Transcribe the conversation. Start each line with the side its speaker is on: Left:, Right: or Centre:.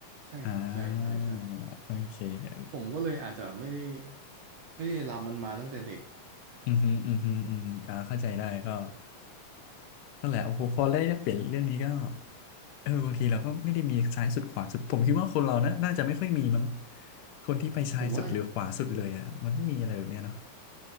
Right: ใช่ครับใช่ใช่ใช่
Left: อ่าโอเค
Right: ผมก็เลยอาจจะไม่ได้ไม่ได้รับมันมาตั้งแต่เด็ก
Left: อืมฮึอืมฮึอืมก็เข้าใจได้ก็นั่นแหละโอ้โหพอได้เปลี่ยนเรื่องนี้ก็เออบางทีเราก็ไม่ได้มีซ้ายสุดขวาสุดผมคิดว่าคนเรานะน่าจะไม่ค่อยมีมั้งคนที่ไปซ้ายสุดหรือขวาสุดเลยอ่ะมันต้องมีอะไรแบบเนี้ยเนาะ
Right: ผมว่า